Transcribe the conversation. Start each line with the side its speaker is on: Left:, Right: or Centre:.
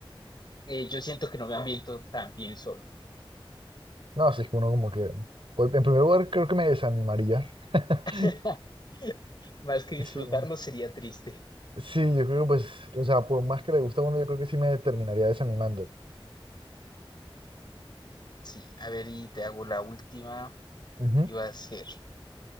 Left: Eh, yo siento que no me ambiento tan bien solo.
Right: No, así es que uno como que, pues, en primer lugar, creo que me desanimaría. <laughs>
Left: <laughs> Más que disfrutarlo
Right: Sí,
Left: sería triste.
Right: sí, yo creo que pues, o sea, por más que le gusta a uno, yo creo que sí me terminaría desanimando.
Left: Sí, a ver, y te hago la última
Right: Ujú.
Left: y va a ser,